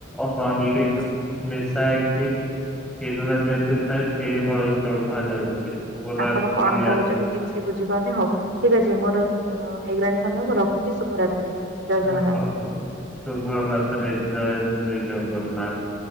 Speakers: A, in the centre; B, on the right.
A: ହର୍ଲିକସ ମିଶାଇ କି କ୍ଷୀରରେ ଯେମିତି ଥାଏ, ସେଇ ଭଳିଆ ଶୁଭା ଯାଉଛି। ପୁରା
B: ଆପଣ
A: କ୍ଲିୟର।
B: କଣ କହୁଛନ୍ତି କିଛି ବୁଝିପାରୁନି? ହଉ ଠିକ ଅଛି। ମୋର ହେଇଗଲାଣି ସମୟ ମୁଁ ରଖୁଛି ଶୁଭରାତ୍ରି। ଜୟ ଜଗନ୍ନାଥ।
A: ଆଃ ହଉ ଶୁଭରାତ୍ରି ଜୟ ଜଗ ଜଗନ୍ନାଥ